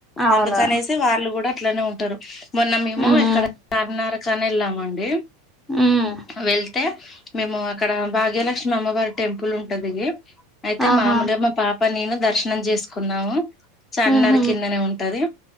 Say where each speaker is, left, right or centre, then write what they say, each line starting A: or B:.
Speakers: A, in the centre; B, on the left (about 30°).
A: అవును
B: అందుకనేసి వాళ్ళు కూడ అట్లానే ఉంటారు మొన్న మేము
A: ఉమ్
B: ఇక్కడ చార్మినార్ చనె వెళ్ళామండి
A: ఉమ్
B: వెళ్ అయితే మేము అక్కడ భాగ్యలక్ష్మి అమ్మవారి టెంపుల్ ఉంటది అయితే
A: ఆహా
B: మామూల్గ మా పాప నేను దర్శనం చేసుకున్నాము చార్మినార్
A: ఉహు
B: కిందనే ఉంటది